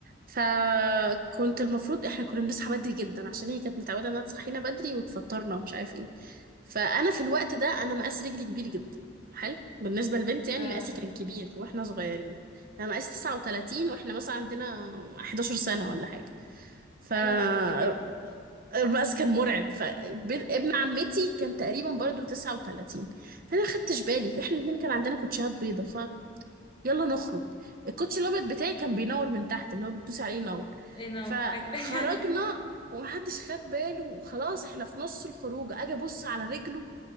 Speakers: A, on the right; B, on the left.
A: فكنت المفروض احنا كنا بنصحى بدري جدا عشان هي كانت متعودة انها تصحينا بدري وتفطرنا ومش عارف ايه فانا في الوقت ده انا مقاس رجلي كبير جدا حلو بالنسبة للبنت يعني
B: اه
A: مقاسي كان كبير واحنا صغيرين انا مقاسي 39 واحنا مثلا عندنا 11 سنة ولا حاجة فالمقاس
B: ايوه انا كنت كده
A: كان مرعب فابن عمتي كان تقريبا برضو 39 فانا ما خدتش بالي احنا الاثنين كان عندنا كوتشيهات بيضة يلا نخرج الكوتش الابيض بتاعي كان بينور من تحت اللي هو بتدوسي عليه ينور
B: إيه، انا
A: فخرجنا
B: أيوة.
A: ومحدش خد باله وخلاص احنا في نص الخروج اجي ابص على رجله